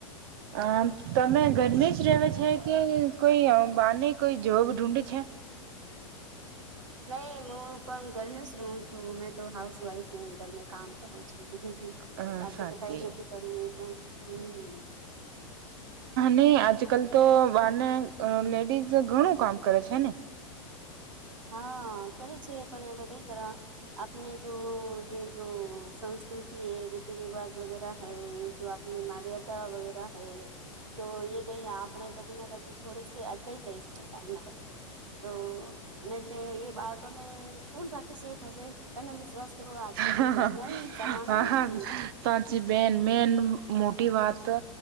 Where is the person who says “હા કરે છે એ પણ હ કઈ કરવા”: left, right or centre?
Right